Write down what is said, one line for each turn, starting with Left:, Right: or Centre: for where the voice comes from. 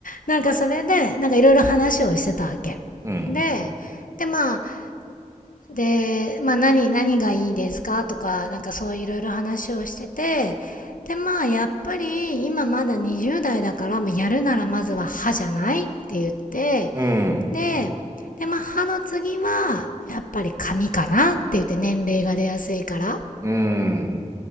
Left: なんかそれで、なんかいろいろ話をしてたわけ。
Right: うん、
Left: で、でまあ、で、まあ何、何がいいですかとか、なんかそういろいろ話をしてて、で、まあやっぱり今まだ20代だから、まあ、やるならまずは歯じゃないって言って、
Right: うん、
Left: で、で、まあ歯の次はやっぱり髪かなって言って年齢が出やすいから、
Right: うん。